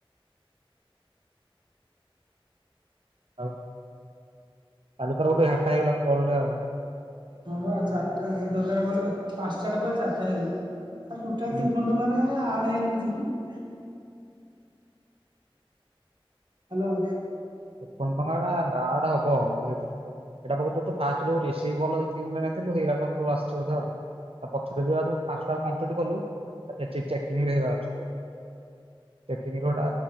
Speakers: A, on the right (about 85°); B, on the right (about 50°).
A: ଆଉ କାଲି ତୋର ଗୋଟେ ହାଟଟା ହେଇଗଲା କଲ ରେ ଆଉ।
B: ହଁ ବା ଚାରିଟା ଦ ଦରକାର ପଇଲେ ପାଞ୍ଚଟା ଟେ ବା ଚାରିଟା ହେଇଗଲା। ଆର ଟୋଟାଲ
A: ହୁଁ।
B: ତେପନ ଟଙ୍କାରେ ଆଡ଼ ହେଇନି କିଛି କି? ହ୍ୟାଲୋ।
A: ତେପନ ଟଙ୍କା ଟା ଆଡ ହବ ଧିରେ ଧିରେ। ଏଇଟା ପକୃତରେ ତୁ ଫାଷ୍ଟ ଯୋଉ ରିସିଭ୍ କଲ୍ ଦି ତିନଟା ନେଇଥିଲୁ ହେଇଡାକ ଆସୁଚି ବୋଧେ। ତା ପଛରେ ଯୋଉରା ସବୁ ପାଞ୍ଚଟା କଂପ୍ଲିଟ୍ କଲୁ ଚେ ଚେକିଙ୍ଗ ହେରା ଅଛି ବୋଧେ। ଚେକିଂରୁ ହେଟା